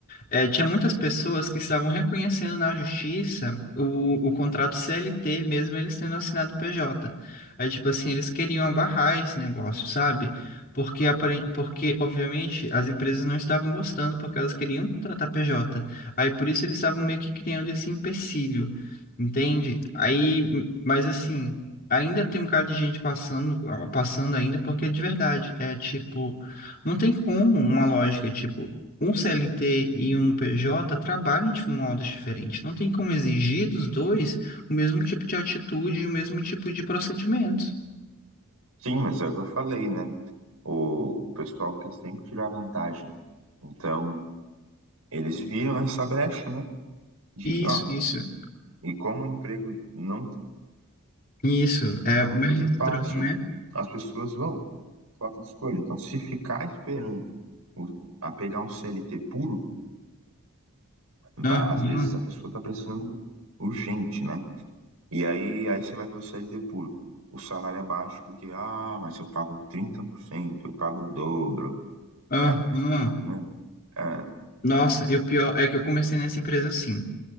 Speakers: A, on the left (about 40°); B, on the right (about 80°).
A: eh, tinha muitas pessoas que estavam reconhecendo na justiça o, o contrato CLT, mesmo eles tendo assinado PJ. Aí, tipo assim, eles queriam abarrar esse negócio, sabe? Porque, aparen- porque, obviamente, as empresas não estavam gostando, porque elas queriam contratar PJ. Aí, por isso, eles estavam meio que criando esse empecilho, entende? Aí, mas assim, ainda tem um cara de gente passando, passando ainda, porque de verdade, é tipo. Não tem como uma lógica, tipo um CLT e um PJ trabalham de modos diferentes. Não tem como exigir dos dois o mesmo tipo de atitude e o mesmo tipo de procedimentos.
B: Sim, mas é o que eu falei, né? O pessoal quer sempre tirar vantagem. Então, eles viram essa brecha, né? De,
A: Isso,
B: ó,
A: isso,
B: e como o emprego não
A: isso. É
B: tá uma
A: mais
B: coisa fácil,
A: estranho, né?
B: as pessoas vão, falta de escolha. Então, se ficar esperando o- a pegar um CLT puro, vai,
A: Aham,
B: às vezes a pessoa tá precisando urgente, né? E aí, aí você vai ver o CLT puro. O salário é baixo porque, ah, mas eu pago 30%, eu pago o dobro.
A: aham.
B: É complicado, né? É,
A: Nossa, e o pior é que eu comecei nessa empresa assim.